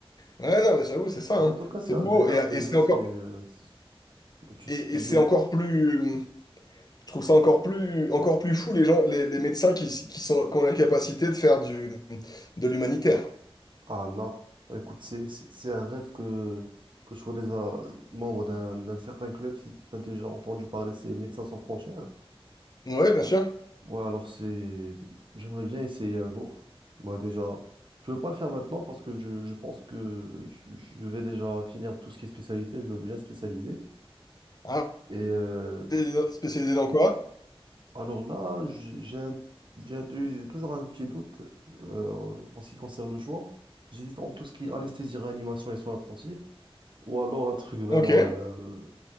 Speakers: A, on the left; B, on the right.
A: ouais, non, mais j'avoue, c'est ça,
B: Bon,
A: hein.
B: en tout cas, c'est
A: C'est beau,
B: agréable
A: et,
B: déjà,
A: et c'est encore,
B: c'est... euh, c'est- Tu
A: et,
B: sais, j'ai...
A: et c'est encore plus, je trouve ça encore plus, encore plus fou, les gens, les, les médecins qui, qui sont, qui ont la capacité de faire du, de l'humanitaire.
B: Ah là, bah, écoute, c'est c'est- c'est un rêve que, que je sois déjà membre d'un d'un certain club, si tu as déjà entendu parler, c'est Médecins sans frontières.
A: Ouais, bien sûr.
B: Ouais, alors c'est. J'aimerais bien essayer un jour. Moi, déjà, je veux pas le faire maintenant parce que je, je pense que je je vais déjà finir tout ce qui est spécialité. Je veux bien spécialiser.
A: Ah,
B: Et euh,
A: t'es spécialisé dans quoi?
B: alors là, j- j'ai un- j'ai un- j'ai toujours un petit doute euh, en ce qui concerne le choix. J'hésite entre tout ce qui est anesthésie, réanimation et soins intensifs. Ou alors un truc vraiment
A: Ok,
B: euh,